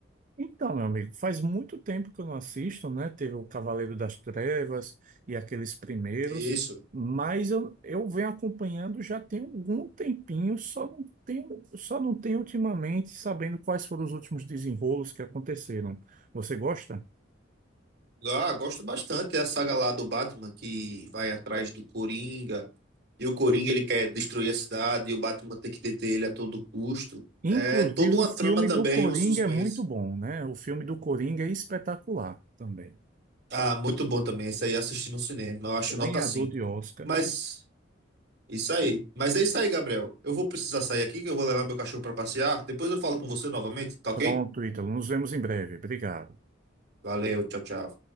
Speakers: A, on the right; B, on the right.
A: Então, meu amigo, faz muito tempo que eu não assisto, né? Teve o Cavaleiro das Trevas e aqueles primeiros,
B: Isso.
A: mas eu, eu venho acompanhando já tem algum tempinho, só não tenho, só não tenho ultimamente sabendo quais foram os últimos desenrolos que aconteceram. Você gosta?
B: Ah, gosto bastante. É a saga lá do Batman que vai atrás do Coringa. E o Coringa ele quer destruir a cidade e o Batman tem que deter ele a todo custo.
A: Inclusive,
B: É toda uma
A: o filme
B: trama também,
A: do Coringa
B: um suspense.
A: é muito bom, né? O filme do Coringa é espetacular também.
B: Ah, muito bom também. Esse aí assisti no cinema. Eu acho
A: Ganhador
B: nota 5.
A: de Oscar.
B: Mas isso aí. Mas é isso aí, Gabriel. Eu vou precisar sair aqui, que eu vou levar meu cachorro para passear. Depois eu falo com você novamente, tá ok?
A: Pronto, Ítalo. Nos vemos em breve. Obrigado.
B: Valeu, tchau, tchau.